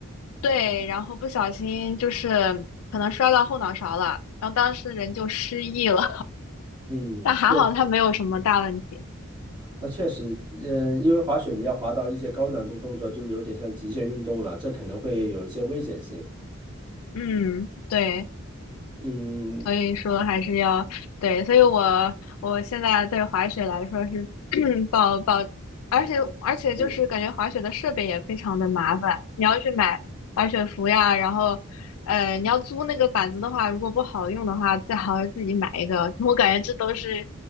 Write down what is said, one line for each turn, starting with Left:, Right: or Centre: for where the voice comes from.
Left: 对，然后不小心就是可能摔到后脑勺了，然后当时人就失忆了。
Right: 嗯，
Left: 但还好它没有什么大问题。
Right: 对，那确实，嗯，因为滑雪你要滑到一些高难度动作，就有点像极限运动了，这可能会有一些危险性。
Left: 嗯，对，
Right: 嗯
Left: 所以说还是要对，所以我我现在对滑雪来说是 <clears throat> 抱抱 <coughs>，而且而且就是感觉滑雪的设备也非常的麻烦，
Right: 嗯，
Left: 你要去买滑雪服呀，然后呃你要租那个板子的话，如果不好用的话，最好是自己买一个。我感觉这都是